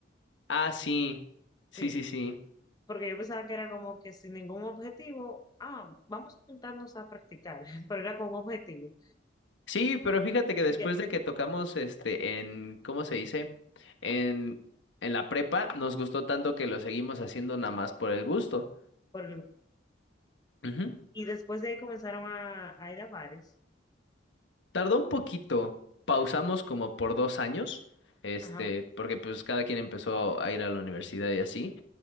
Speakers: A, on the left; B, on the left.
A: Ah, sí, sí,
B: Sí,
A: sí, sí.
B: porque yo pensaba que era como que sin ningún objetivo, ah, vamos a juntarnos a practicar, <laughs> pero era con un objetivo.
A: Sí, pero fíjate que después
B: Y ya,
A: de que tocamos este en, ¿cómo se dice? En, en la prepa, nos gustó tanto que lo seguimos haciendo nada más por el gusto.
B: por el-
A: Ujú.
B: y después de ahí comenzaron a, a ir a bares.
A: Tardó un poquito, pausamos como por dos años, este,
B: Ajá.
A: porque pues cada quien empezó a ir a la universidad y así,